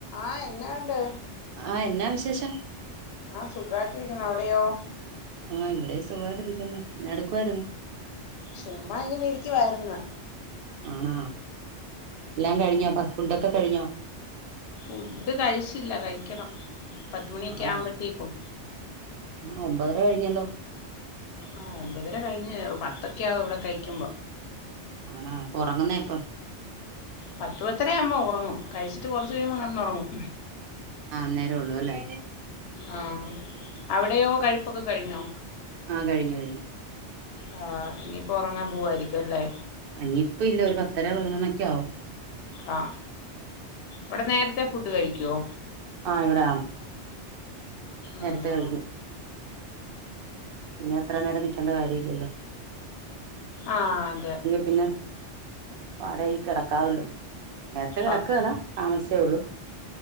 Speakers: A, on the left (about 60°); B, on the right (about 60°).
A: ആഹ് എന്നാ വേണ്ട്
B: ആഹ് എന്നാ വിശേഷം
A: ആഹ് സുഖായിട്ടിരിക്കുന്നു അവിടെയോ
B: ആഹ് ഇവിടെ സുഖായിട്ടിരിക്കുന്നു നടുക്കുയിരുന്നു
A: ചുമ്മാ ഇങ്ങനെ ഇരിക്ക വാരുന്നു
B: ആണാ എല്ലാം കഴിഞ്ഞോ ഫുഡൊക്കെ കഴിഞ്ഞോ
A: ഫുഡ് കഴിച്ചില്ല കഴിക്കണം പത്തുമണിയൊക്കെ
B: ആണോ
A: ആവുമ്പോത്തേക്കും
B: ഒമ്പതര കഴിഞ്ഞല്ലോ
A: ആ ഒമ്പതിര കഴിഞ്ഞ് പത്തൊക്കെയ ആവും ഇവിടെ കഴിക്കുമ്പോ
B: ആണ ഉറങ്ങുന്നേ എപ്പം
A: പത്ത് പത്തരാവുമ്പോ ഉറങ്ങും കഴിച്ചിട്ട് കുറച്ച് കഴിയുമ്പോൾ കിടന്നുറങ്ങും
B: അന്നേരള്ളൂ അല്ലേ
A: ആ അവിടെയോ കഴുപ്പൊക്കെ കഴിഞ്ഞോ
B: ആഹ് കഴിഞ്ഞു കഴിഞ്ഞു
A: ആ ഇനിപ്പോ ഉറങ്ങാൻ പോവായിരിക്കും അല്ലേ
B: ഇനി ഇപ്പല്ല ഒരു പത്തര പതിനൊന്നൊക്കെ ആവും
A: ആ വിടെ നേരത്തെ ഫുഡ് കഴിക്കോ
B: ആ ഇവിടെ നേരത്തെ
A: ആണോ
B: കഴിക്കും പിന്നെത്ര നേരം നിൽക്കേണ്ട കാര്യ ഇല്ലല്ലോ
A: ആ അതെ
B: പിന്നെ പാടേയ് കിടക്കാവല്ലോ നേരത്തെ കിടക്കേല
A: ആഹ്
B: താമസിച്ചേള്ളു